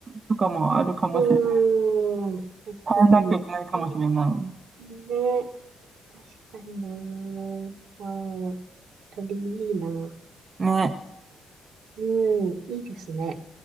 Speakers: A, on the right; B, on the right.
A: とかもあるかもしれない。
B: うーん、確かに。
A: 耐えなきゃいけないかもしれない。
B: うん、ね、確かにな。あー鳥いいな。
A: ね、
B: うん、いいですね。